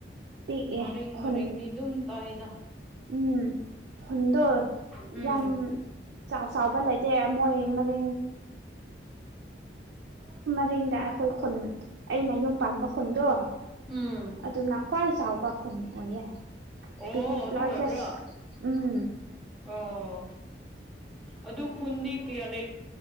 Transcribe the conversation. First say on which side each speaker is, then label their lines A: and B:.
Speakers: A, on the right; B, in the centre.
A: ꯄꯤꯛꯑꯦ
B: ꯃꯔꯤꯡ
A: ꯈꯨꯟ
B: ꯃꯔꯤꯡꯗꯤ ꯑꯗꯨꯝ ꯇꯥꯏꯗꯥ
A: ꯎꯝ ꯍꯨꯟꯗꯣ
B: ꯎꯝ
A: ꯌꯥꯝ ꯆꯥꯎ ꯆꯥꯎꯕ ꯂꯩꯇꯦ ꯃꯣꯏ ꯃꯔꯤꯡ ꯇꯔꯤꯡꯗ ꯑꯩꯈꯣꯏ ꯈꯨꯟ ꯑꯩꯅ ꯌꯨꯝ ꯄꯥꯟꯕ ꯈꯨꯨꯟꯗꯣ
B: ꯎꯝ
A: ꯑꯗꯨ ꯅꯈꯋꯥꯏ ꯆꯥꯎꯕ ꯈꯣꯟ ꯑꯣꯏꯌꯦ
B: ꯑꯣ
A: ꯕꯤꯒꯦꯁ
B: ꯑꯗꯨ
A: ꯂꯥꯔꯖꯦꯁ
B: ꯑꯣꯏꯕ꯭ꯔꯣ
A: ꯎꯝ
B: ꯑꯣ ꯑꯗꯨ ꯈꯨꯟꯗꯤ ꯀꯌꯥ ꯂꯩ